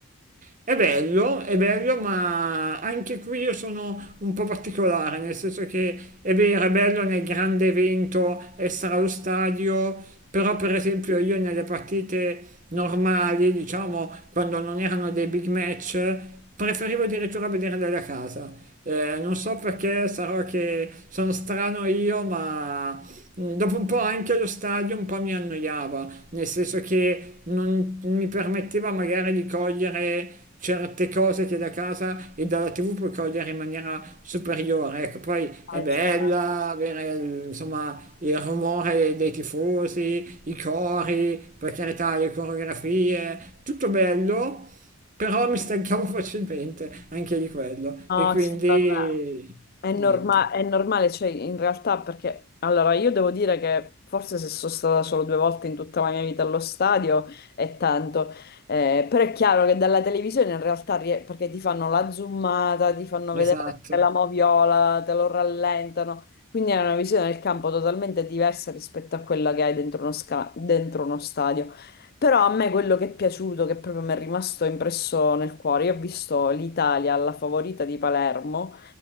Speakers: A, on the right; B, on the left.
A: È bello, è bello, ma anche qui io sono un po' particolare, nel senso che è vero, è bello nel grande evento essere allo stadio, però per esempio io nelle partite normali, diciamo, quando non erano dei big match, preferivo addirittura vederle da casa. Eh, non so perché, sarò che sono strano io, ma mm, dopo un po' anche allo stadio un po' mi annoiava nel senso che non mi permetteva magari di cogliere certe cose che da casa e dalla tv puoi cogliere in maniera superiore ecco poi è
B: Eh,
A: bella
B: cioè,
A: avere il- insomma il rumore dei tifosi i cori per carità le coreografie tutto bello però mi stancavo <laughs> facilmente anche di quello
B: no,
A: e quindi
B: sì, vabbè. È
A: niente
B: norma- è normale, cioè in realtà perché allora io devo dire che forse se sono stata solo due volte in tutta la mia vita allo stadio è tanto, Eh, però è chiaro che dalla televisione in realtà rie- perché ti fanno la zoomata, ti fanno
A: esatto
B: vedere la moviola, te lo rallentano, quindi è una visione del campo totalmente diversa rispetto a quella che hai dentro uno, sca- dentro uno stadio. Però a me quello che è piaciuto, che proprio mi è rimasto impresso nel cuore, io ho visto l'Italia alla favorita di Palermo